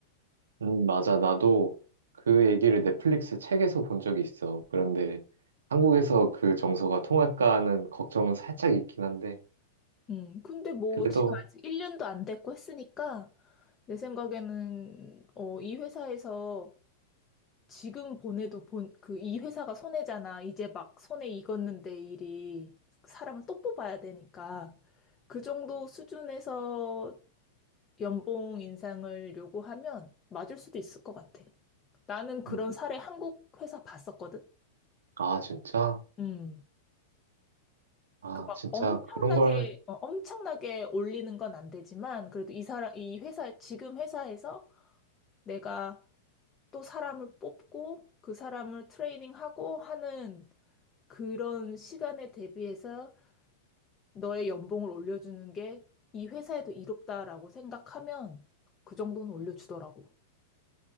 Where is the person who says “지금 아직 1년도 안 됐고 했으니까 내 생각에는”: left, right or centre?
Left